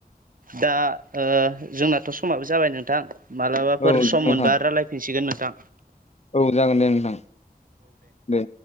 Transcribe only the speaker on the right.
दा जोंनाथ' समाबो जाबाय नोंथां मालाबाफोर
सम
मोनबा रायलाय फिनसिगोन नोंथां